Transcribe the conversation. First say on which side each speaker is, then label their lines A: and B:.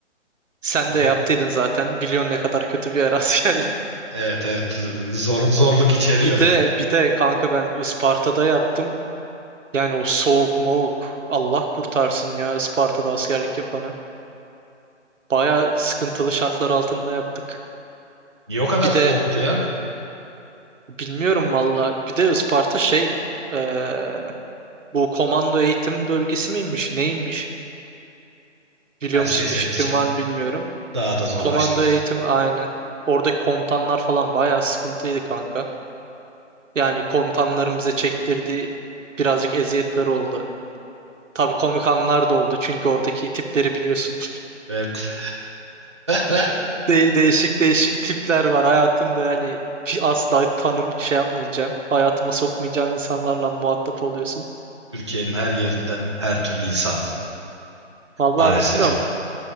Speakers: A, on the right; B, on the right.
A: Sen
B: Zo-
A: de yaptıydın zaten. Biliyorsun ne kadar kötü bir yer <laughs> askerlik.
B: evet evet. Zor, zorluk içeriyor.
A: Bir de bir de kanka ben Isparta'da yaptım. Yani o soğuk moğuk Allah kurtarsın ya Isparta'da askerlik yapanı. Baya sıkıntılı şartlar altında yaptık.
B: Niye o kadar
A: Bir
B: soğuktu
A: de
B: ya?
A: bilmiyorum valla. Bir de Isparta şey eee, Bu komando eğitim bölgesi miymiş, neymiş? Biliyor
B: Her
A: musun
B: şey senin
A: bir fikrin
B: için
A: var mı bilmiyorum.
B: daha da zorlaştı.
A: Komando eğitim aynen. Oradaki komutanlar falan bayağı sıkıntıydı kanka. Yani komutanların bize çektirdiği birazcık eziyetler oldu. Tabii komik anlar da oldu çünkü oradaki tipleri biliyorsun.
B: Evet. <laughs>
A: <laughs> De değişik değişik tipler var hayatımda yani hiç asla tanım şey yapmayacağım. Hayatıma sokmayacağım insanlarla muhatap oluyorsun.
B: Türkiye'nin her yerinden her türlü insan
A: Vallahi
B: maalesef.
A: bilmiyorum.